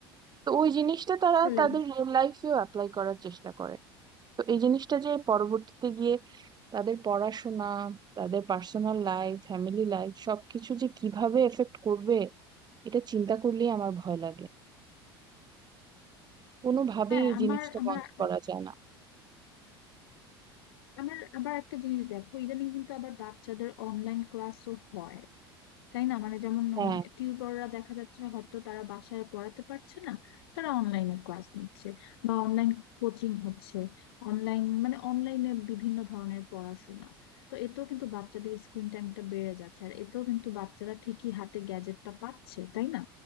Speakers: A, on the right; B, on the left.
A: তো ওই জিনিসটা তারা
B: আসলে
A: তাদের রিয়েল লাইফেও অ্যাপ্লাই করার চেষ্টা করে তো এই জিনিসটা যে পরবর্তীতে গিয়ে তাদের পড়াশোনা তাদের পার্সোনাল লাইফ ফ্যামিলি লাইফ সবকিছু যে কিভাবে এফেক্ট করবে এটা চিন্তা করলেই আমার ভয় লাগে কোনোভাবেই
B: হ্যাঁ
A: এই
B: আমার
A: জিনিসটা
B: আমার
A: বন্ধ
B: আরো-
A: করা যায় না
B: আমার আবার একটা জিনিস দেখো ইদানিং কিন্তু আবার বাচ্চাদের অনলাইন ক্লাসও হয় তাই না মানে যেমন
A: হ্যাঁ
B: টিউটররা দেখা যাচ্ছে হয়তো তারা বাসায় পড়াতে পারছে না তারা অনলাইনে ক্লাস নিচ্ছে বা অনলাইন কোচিং হচ্ছে অনলাইন মানে অনলাইনে বিভিন্ন ধরনের পড়াশোনা তো এতেও কিন্তু বাচ্চাদের স্ক্রিন টাইমটা বেড়ে যাচ্ছে আর এতেও কিন্তু বাচ্চারা ঠিকই হাতে গ্যাজেটটা পাচ্ছে তাই না